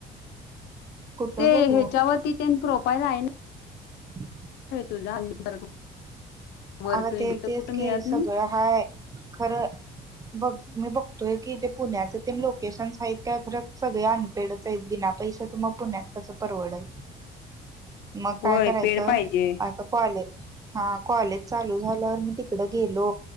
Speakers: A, on the right; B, on the left.
A: कुठं
B: ते
A: बघू
B: ह्याच्यावरती प्रोफाईल आहे ना
A: <unintelligible>
B: <inaudible> वर्क
A: अग ते
B: तर
A: तेच
B: कुठं
A: की
B: मिळत नाही
A: सगळं हाय खरं बघ मी बघतोय की ते पुण्याचे ते लोकेशन्स आहेत काय खरं सगळे आण पेडच बिना पैशाच मग पुण्यात कसं परवडल मग
B: होय
A: काय करायचं
B: पेड पाहिजे
A: कॉलेज हा कॉलेज चालू झाल्यावर मी तिकड गेलो